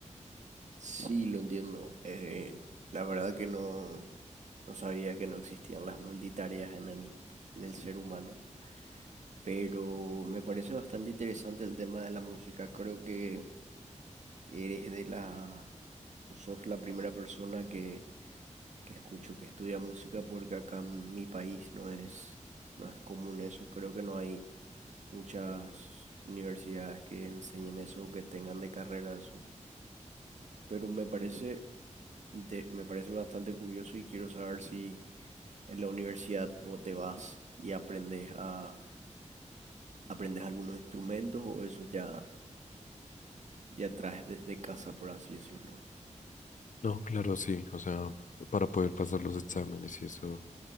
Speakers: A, on the right; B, on the left.
A: Sí, lo entiendo. Eh, la verdad que no, no sabía que no existían las multitareas en el, en el ser humano. pero me parece bastante interesante el tema de la música. Creo que eres de la, o sos la primera persona que, que escucho que estudia música porque acá en mi país no es, no es común eso. Creo que no hay muchas universidades que enseñen eso o que tengan de carrera eso. Pero me parece, inte- me parece bastante curioso y quiero saber si en la universidad vos te vas y aprendes a, aprendes algunos instrumentos o eso ya ya traes desde casa, por así decirlo.
B: No, claro, sí. O sea, para poder pasar los exámenes y eso